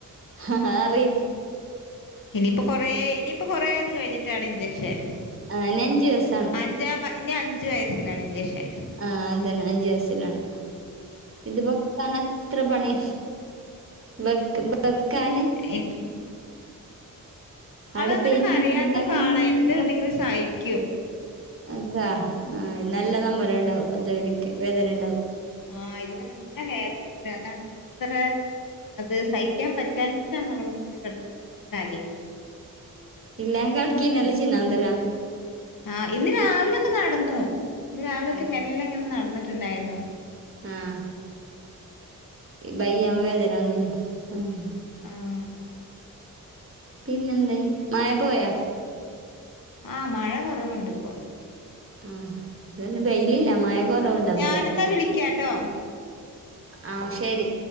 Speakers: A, on the right; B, on the left.
A: ആ അറി
B: ഇനിയിപ്പൊ കൊറേ ഇനിയിപ്പൊ കൊറേ ഇത് കഴിഞ്ഞിട്ടാണ് ഇഞ്ചക്ഷൻ
A: ആഹ് ഇനി അഞ്ച് വസാണ്
B: അഞ്ചാം ഇനി അഞ്ച് വയസ്സിലാണ് ഇഞ്ചക്ഷൻ
A: ആഹ് അതന്നെ അഞ്ചു വയസ്സിലാണ് ഇത് വെക്കാൻ അത്ര പണി വെക്ക വെക്കാന്
B: ഇനി
A: അടെ
B: അങ്ങനെ
A: പെനി
B: കരയാത്ത
A: ഇങ്ങട
B: ആളാ
A: ഇങ്ങന
B: എന്തുണ്ടെങ്കിലും സഹിക്കും
A: ക്കാ ആഹ് നല്ല നമ്പലം ഉണ്ടാവും അതടിക്ക് വേദന ഉണ്ടാവും
B: ആഹ് ഇത് നല്ല വേദനണ്ട് അതാണ് ഇത്ര അത് സഹിക്യാൻ പറ്റാഞ്ഞിട്ടാണ് ഓള് ഇങ്ങനെ കെടന്ന് കരയ്ണ
A: ഇല്ല കലക്കി നല്ല ജിന്നാന്തല്ല
B: ആഹ് ഇന്ന് രാവിലെക്കെ നടന്നു ഇന്ന് രാവിലൊക്കെ
A: അതെ
B: മെല്ല ഇങ്ങനെ നടന്നിട്ടുണ്ടായിരുന്നു
A: ആഹ് ബയ്യമ്മ വേദന വന്നേനു ആഹ്
B: ആഹ്
A: പിന്നെന്തയ് മഴ പോയോ?
B: ആഹ് മഴ കൊറവ്ണ്ട് ഇപ്പൊ
A: ആഹ് ഇതന്നെ ബെയ്ലില്ല മഴ കൊറവുണ്ടന്നല്ലോ
B: ഞാനെന്നാ വിളിക്കാട്ടോ
A: ആഹ് ശരി